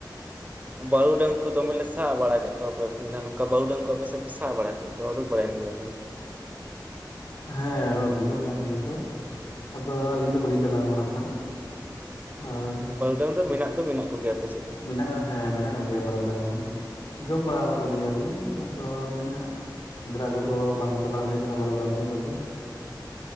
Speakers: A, on the right; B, on the left.
A: ᱵᱟᱹᱨᱩ ᱰᱟᱝ ᱠᱩ ᱫᱚᱢᱮ ᱞᱮ ᱥᱟᱵ ᱵᱟᱲᱟ ᱠᱮᱜ ᱠᱚᱣᱟ ᱵᱟᱨ ᱫᱤᱱ ᱦᱟᱸᱜ ᱱᱩᱝᱠᱟ ᱵᱟᱹᱨᱩ ᱰᱟᱝ ᱠᱚ ᱟᱯᱮ ᱥᱮᱜ ᱯᱮ ᱥᱟᱵ ᱵᱟᱲᱟ ᱠᱮᱜ ᱠᱚ ᱚᱰᱩᱠ ᱵᱟᱲᱟᱭᱮᱱ ᱜᱮᱭᱟ ᱠᱩ᱾
B: ᱦᱮᱸ ᱩᱰᱩᱠᱚᱜ ᱠᱟᱱ ᱜᱮᱭᱟ ᱠᱚ ᱟᱫᱚ ᱟᱹᱞᱤᱧ ᱫᱚ ᱵᱟᱹᱞᱤᱧ ᱪᱟᱞᱟᱣ ᱠᱟᱱᱟ ᱦᱟᱸᱜ᱾ ᱟᱸᱨ
A: ᱵᱟᱨᱩᱰᱟᱹᱝ ᱫᱚ ᱢᱮᱱᱟᱜ ᱫᱚ ᱢᱮᱱᱟᱜ ᱠᱚ ᱜᱮᱭᱟ ᱟᱯᱮ ᱥᱮᱜ ᱫᱚ᱾
B: ᱦᱮᱱᱟᱜ ᱦᱮᱸ ᱢᱮᱱᱟᱜ ᱠᱚ ᱜᱮᱭᱟ ᱵᱟᱹᱨᱩᱰᱟᱝ ᱦᱚᱸ ᱡᱚᱢ ᱵᱟᱲᱟᱣ ᱠᱟᱜ ᱠᱚ ᱜᱮᱭᱟ ᱞᱤᱧ ᱟᱫᱚ ᱚᱱᱮ ᱦᱟᱸᱜ ᱥᱮᱸᱫᱽᱨᱟ ᱠᱩᱫᱚ ᱵᱟᱝ ᱪᱟᱞᱟᱣ ᱦᱩᱭ ᱠᱟᱱᱟ ᱵᱟᱨᱩᱜᱰᱟᱝ ᱠᱚ ᱜᱚᱡ ᱠᱚᱫᱚ᱾